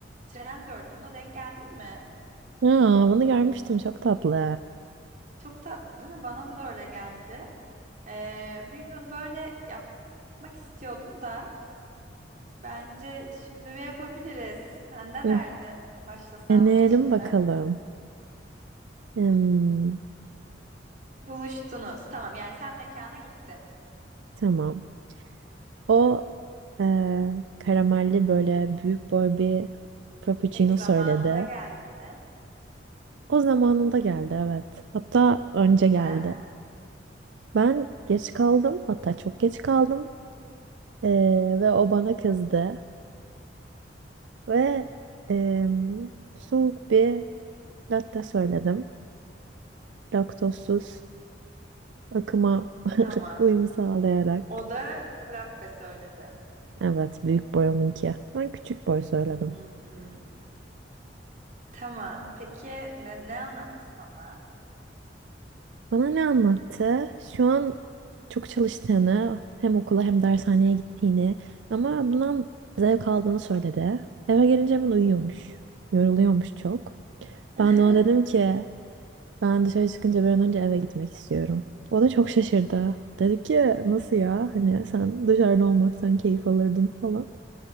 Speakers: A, on the right; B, on the right.
A: trend gördüm. Buna denk geldin mi?
B: Aa, bunu görmüştüm. Çok tatlı.
A: Çok tatlı değil mi? Bana da öyle geldi. E, bir gün böyle yapmak istiyordum da bence şimdi bir yapabiliriz. Sen ne
B: Hı,
A: derdin? Başlasam
B: Deneyelim
A: şimdi.
B: bakalım. Hmm,
A: Buluştunuz. Tamam yani sen mekana gittin.
B: tamam. O eee, karamelli böyle büyük boy bir frappuccino
A: Peki zamanında
B: söyledi.
A: geldi mi?
B: O zamanında geldi evet. Hatta önce geldi.
A: Sen?
B: Ben geç kaldım. Hatta çok geç kaldım. Eee, ve o bana kızdı. Ve em, soğuk bir latte söyledim. Laktozsuz akıma
A: Tamam.
B: uyum sağlayarak.
A: O da frappe söyledi.
B: Evet, büyük boy onunki. Ben küçük boy söyledim.
A: Hmm. Tamam. Peki ne, ne anlattı sana?
B: Bana ne anlattı? Şu an çok çalıştığını, hem okula hem dershaneye gittiğini ama bundan zevk aldığını söyledi. Eve gelince hemen uyuyormuş. Yoruluyormuş çok.
A: <laughs>
B: Ben de ona dedim ki ben dışarı çıkınca bir an önce eve gitmek istiyorum. O da çok şaşırdı. Dedi ki nasıl ya? Hani sen dışarıda olmaktan keyif alırdın falan.